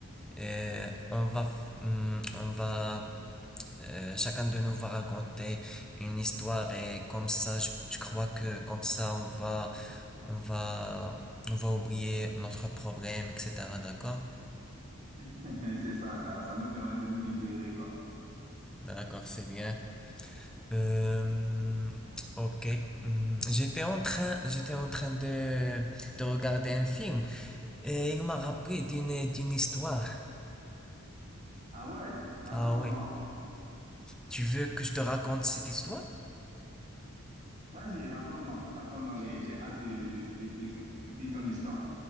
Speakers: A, in the centre; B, on the right (about 35°).
A: Euh, on va, hum, on va, euh, chacun de nous va raconter une histoire et comme ça, je, je crois que comme ça, on va, on va, on va oublier notre problème, etc. D'accord?
B: <laughs> C'est ça, ça, ça nous permet de nous libérer, quoi.
A: D'accord, c'est bien. Euh, ok. Hum, J'étais en train, j'étais en train de, de regarder un film. Et il m'a rappelé d'une, d'une histoire.
B: Ah ouais, raconte-moi,
A: Ah ouais. Tu veux que je te raconte cette histoire?
B: va. Vas-y, raconte-moi, raconte-moi, j'ai, j'ai hâte de, de- de- de- d'écouter ton histoire.